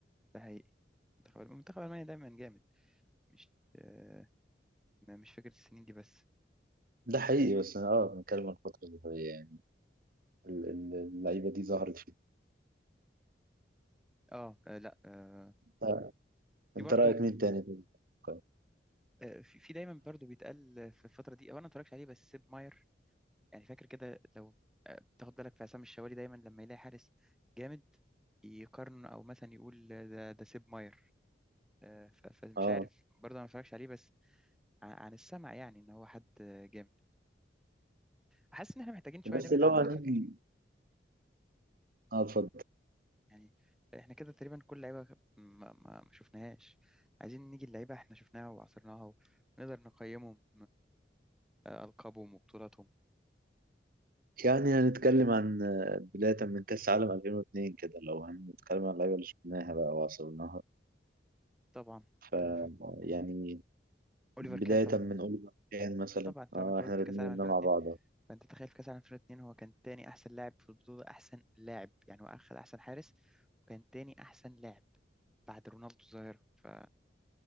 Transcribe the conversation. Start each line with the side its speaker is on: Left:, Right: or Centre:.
Centre: ده حقيقي منتخب منتخب المانيا دايما جامد مش آه، ما- مش فاكر السنين دي بس
Right: ده حقيقي بس أنا اه بنتكلم عن الفترة اللي هي يعني ال- ال- اللعيبة دي ظهرت فيه
Centre: اه آه، لا آه،
Right: آه،
Centre: في
Right: أنت
Centre: برضو
Right: رأيك مين تاني في المنتخب؟
Centre: آه، في في دايما برضو بيتقال آه، في الفتره دي او انا ما اتفرجش عليه بس سيب ماير يعني فاكر كده لو آه، تاخد بالك في عصام الشوالي دايما لما يلاقي حارس جامد يقارن او مثلا يقول آه، ده ده سيب ماير آه، ف- فمش
Right: اه
Centre: عارف برضه انا ما اتفرجش عليه بس ع- عن السمع يعني ان هو حد آه، جامد حاسس ان احنا محتاجين شويه
Right: بس
Centre: نبعد
Right: لو
Centre: عن
Right: هنيجي
Centre: فتره
Right: اه اتفضل
Centre: يعني احنا كده تقريبا كل لعيبه ما, ما, ما شفناهاش عايزين نيجي اللعيبه احنا شفناها وعصرناها ونقدر نقيمهم آه، القابهم وبطولاتهم
Right: يعني هنتكلم عن آه، بداية من كأس عالم 2002 كده لو هنتكلم عن اللعيبة اللي شفناها بقى وعصرناها
Centre: طبعا
Right: ف
Centre: طب
Right: يعني
Centre: اوليفر
Right: بداية
Centre: كان طبعا
Right: من أوليفر كان مثلا
Centre: طبعا طالما
Right: اه
Centre: انت قلت
Right: احنا الاتنين
Centre: كاس العالم
Right: قلنا
Centre: 2002
Right: مع بعض اه
Centre: فانت تخيل في كاس العالم 2002 هو كان تاني احسن لاعب في البطوله احسن لاعب يعني هو اخذ احسن حارس وكان تاني احسن لاعب بعد رونالدو الظاهره ف...